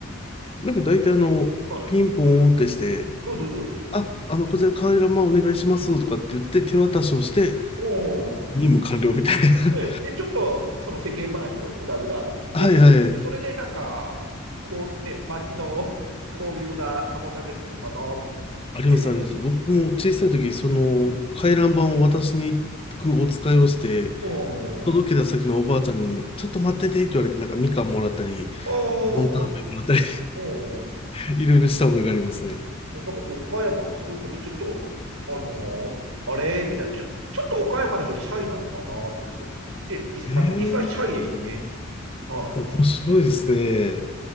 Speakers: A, on the left (about 25°); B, on the right (about 80°).
A: なんか大体あの、
B: はい。
A: ピンポーンってして、
B: そうそうそう。
A: あ、あの、こちらカーリラマンお願いしますとかって言って手渡しをして、
B: お
A: 任務完了みたいな。
B: ね、で、ちょっとその世間話をうだうだってして、
A: はいはい。
B: で、それでなんか、こうね、街の <laughs> 交流が保たれるのかなと思って、
A: あります、あります。僕も小さい時、
B: うん、
A: その回覧板を渡しに行くお使いをして、
B: うん、おー、
A: 届けた先のおばあちゃんに、ちょっと待っててって言われて、なんかみかんもらったり、
B: おー、
A: ボンタン飴もらったり
B: おー、
A: <laughs> いろいろした覚えがありますね。
B: なんか岡山そういうのでちょっと、あのーあれみたいな、ちょ、ちょっと岡山の人シャイなのかなと思って、そう。で、じ、
A: ええ
B: あの、実際シャイでしたね。はい。
A: 面白いですね。